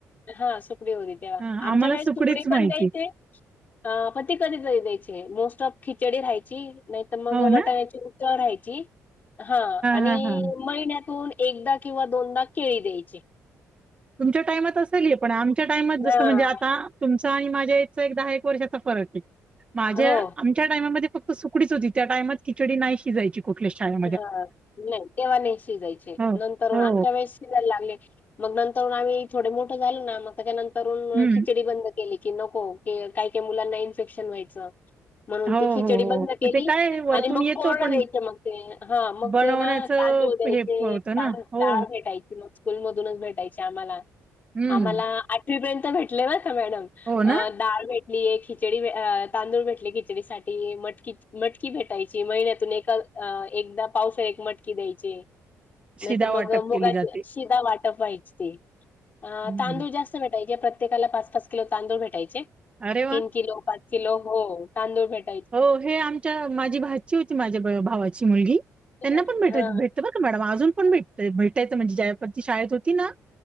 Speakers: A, on the left; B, on the right.
A: हा सुकडी होती तेव्हा.
B: हा
A: आमच्या
B: आम्हाला
A: वळेस
B: सुकडीच
A: सुकडी
B: माहिती
A: पण द्यायचे आं पण कधी तरी द्यायचे. मोस्ट ऑफ खिचडी राहायची, नाय तर मग
B: हो
A: वटाण्याची
B: ना
A: उसळ राहायची. हा आणि
B: हा हा
A: महिन्यातून एकदा किंवा दोनदा केळी द्यायचे.
B: तुमच्या टायमात असेल हे पण आमच्या टाइमात जसं
A: हा.
B: म्हणजे आता तुमचं आणि माझ्या एजचा एक दहा एक वर्षाचा फरक. माझ्या
A: हो.
B: आमच्या टायमामध्ये फक्त सुकडीच होती, त्या टायमात खिचडी नाही शिजायची कुठल्या शाळेत.
A: हां नाही तेव्हा नाही शिजायची.
B: हो
A: नंतर
B: हो
A: आमच्या वेळेस शिजायला लागले‌. मग नंतर आम्ही थोडं मोठं झालो ना मग त्याच्या नंतर म
B: हम्म
A: खिचडी बंद केले की नको की काही काही मुलांना इन्फेक्शन व्हायचं. म्हणून
B: हो
A: ती खिचडी
B: हो हो
A: बंद केली
B: मग ते काय वरतून
A: आणि मग
B: येतो
A: कोरडं
B: पण
A: द्यायचं मग. अं हां मग
B: बनवण्याचं
A: ते ना तांदूळ द्यायचे,
B: हे होतं ना
A: <unintelligible>
B: हो
A: डाळ भेट टायची मग स्कूल मधूनच भेटायची आम्हाला आम्हाला.
B: हम्म
A: आम्हाला आठवी पर्यंत भेटले बरं का मॅडम.
B: हो ना
A: अं डाळ भेट <unintelligible> एक खिचडी अ तांदूळ भेटले खिचडीसाठी, मटकी मटकी भेटायची महिन्यातून एका अ एकदा पावसाळी एक मटकी द्यायचे. नाहीतर
B: शिदा
A: मग
B: वाटप
A: मुगाचे
B: केली जाते
A: शिधा वाटप व्हायची ते.
B: हम्म
A: तांदूळ जास्त प्रत्येकाला पाच पाच किलो तांदूळ भेटायचे.
B: अरे वा
A: तीन किलो पाच किलो हो. तांदूळ भेटायचे.
B: हो हे आमच्या माझी भाची होती, माझ्या बरोबर भावाची मुलगी. त्यांना
A: हां.
B: पण भेटाय भेटत बरं का मॅडम, अजून पण भेटत. भेटायचं म्हणजे ज्यावेळेस शाळेत होती ना